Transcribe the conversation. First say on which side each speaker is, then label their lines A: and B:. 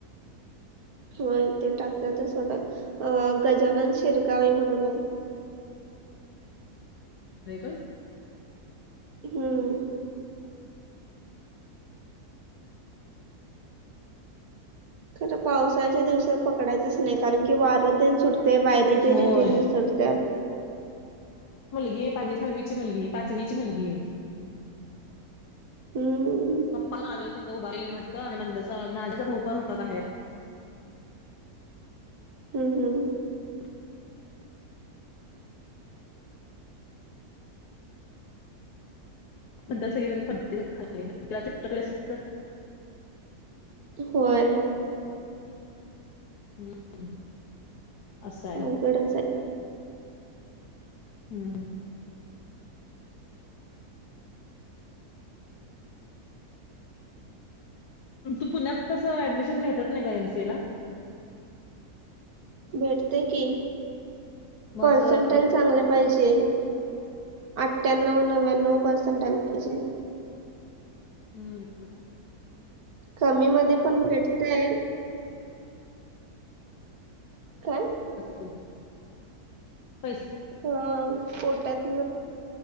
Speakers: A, on the right (about 70°); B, on the left (about 80°).
A: होय ते टाकत्यातच सोडा अ गजानन शिरगावे म्हणून आहे.
B: होय का?
A: हम्म खरं पावसाच्या दिवसात पकडायचंच नाही कारण की वारं तेन सुट ते वयरी
B: होय
A: बिरी तेन निसटत्यात.
B: ही पाचवी सावही ची मुलगी पाचवी ची मुलगी.
A: हम्म
B: पप्प आले तिथं उभारलेले वाटतं ते नंदचा नाल्याचा भाऊ पण होता बाहेर.
A: हम्म हम्म.
B: <inaudible> <inaudible> नंतर सगळी जण <unintelligible> तर.
A: होय.
B: हम्म. असं आहे.
A: अवघडच हाय.
B: हम्म. तू पुण्यात कसं ऍडमिशन मिळत्यात ना ग एम सी ए ला?
A: भेटतय की
B: मग
A: पर्संटल
B: असं
A: चांगले पाहिजे आठ्ठ्यांनव नव्व्यांनव पर्सेंटल पाहिजेल.
B: हम्म <unintelligible>
A: कमी मध्ये पण भेटतय काय
B: <inaudible> हा <unintelligible>
A: हा कोर्टातन